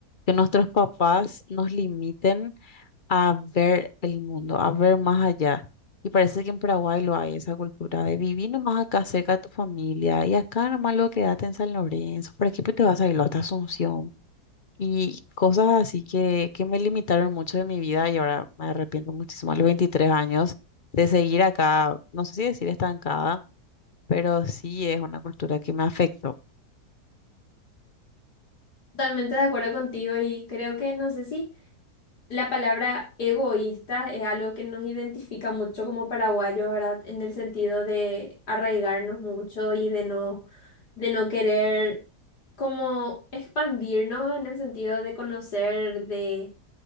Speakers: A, on the left (about 50°); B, on the left (about 70°).
A: que nuestros papás nos limiten a ver el mundo, a ver más allá. Y parece que en Paraguay lo hay, esa cultura de vivir nomás acá cerca de tu familia y acá nomás lo quédate en San Lorenzo, por aquí pues te vas a ir hasta Asunción. Y cosas así que, que me limitaron mucho de mi vida y ahora me arrepiento muchísimo a los veintitrés años de seguir acá, no sé si decir estancada, pero sí es una cultura que me afectó.
B: Totalmente de acuerdo contigo y creo que no sé si... La palabra egoísta es algo que nos identifica mucho como paraguayos, ¿verdad? En el sentido de arraigarnos mucho y de no, de no querer como expandirnos en el sentido de conocer, de